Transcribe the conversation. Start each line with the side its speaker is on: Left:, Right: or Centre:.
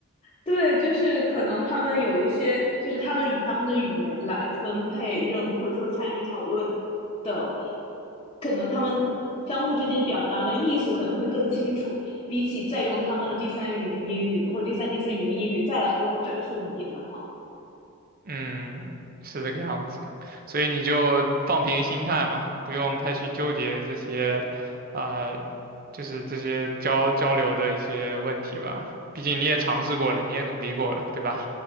Left: 对，就是可能他们有一些，就是他们以他们的语言来分配任务，或者说参与讨论的，可能他们相互之间表达的意思可能会更清楚，比起再用他们的第三语言英语或第三、第四语言英语再来跟我转述一遍的话，
Right: 嗯，是这个样子，所以你就放平心态嘛，不用太去纠结这些，啊、就是这些交交流的一些问题吧。毕竟你也尝试过了，你也努力过了，对吧？